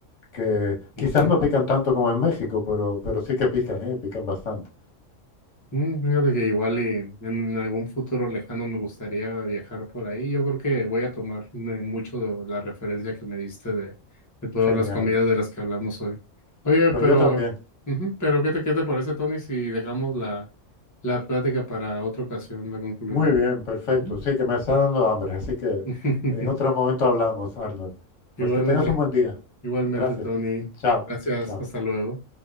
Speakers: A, on the left; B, on the left.
A: que quizás
B: Okay.
A: no pican tanto como en México, pero, pero sí que pican, ¿eh? Pican bastante.
B: Mm, fíjate que igual y en algún futuro lejano me gustaría viajar por ahí. Yo creo que voy a tomar eh, mucho la referencia que me diste de, de todas
A: Genial.
B: las comidas de las que hablamos hoy. Oye,
A: Pues
B: pero,
A: yo también.
B: ujú, pero ¿qué te, qué te parece, Tony, si dejamos la, la plática para otra ocasión, la concluimos?
A: Muy bien, perfecto.
B: Ujú.
A: Sí, que me está dando hambre, así que
B: <laughs>
A: en otro momento hablamos, Arnold.
B: Igualmente,
A: Pues que tengas un buen día.
B: igualmente,
A: Gracias.
B: Tony.
A: Chao,
B: Gracias,
A: chao.
B: hasta luego.